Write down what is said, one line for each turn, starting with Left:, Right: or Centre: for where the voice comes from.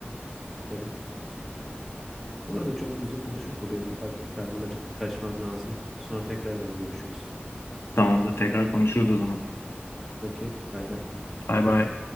Centre: Garip. Bu arada çok müzik konuştuk da benim ufak bir karnım acıktı. Kaçmam lazım. Sonra tekrardan görüşürüz.
Left: Tamamdır. Tekrar konuşuruz o zaman.
Centre: Okey. Bay bay.
Left: Bay bay.